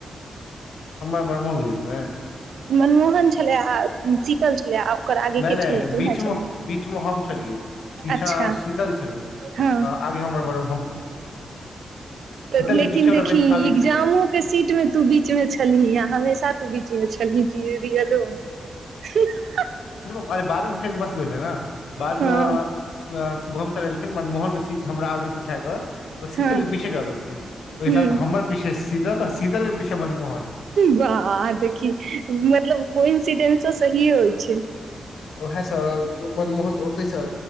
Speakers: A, on the left; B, on the right.
A: हमर मर मोह द हो छै
B: मनमोहन छलै आ शीतल छलै आ ओकर आगे
A: नई
B: के
A: नई
B: छलै तूहे
A: बीच
B: छलै
A: मे बीच मे हम छलियै पीछा
B: अच्छा
A: शीतल छलै
B: हँ
A: आगे हमर बड़
B: लेकिन
A: के पीछे
B: देखही
A: वाला बेंच खाली
B: इक्जामो
A: छलै
B: के सीट मे तू बीच मे छलही हमेशा तू बीच छलही जी रियलो में हु हा
A: आरे बादो म फेर मस्त भेलै ने बाद
B: हँ
A: मे ए ए शुभम स एलखिन मनमोहनक के सीट हमरा आगे स उठा क शीतल
B: हँ
A: के पीछे कऽ देलखिन ओहि
B: ह
A: हिसाब से हमर पीछे शीतल आ शीतल के पीछे मनमोहन
B: वाह देखी मतलब कोइ इन्सिडेन्ट त सहीए होइ छै
A: ओएहे स मनमोहन ओतै से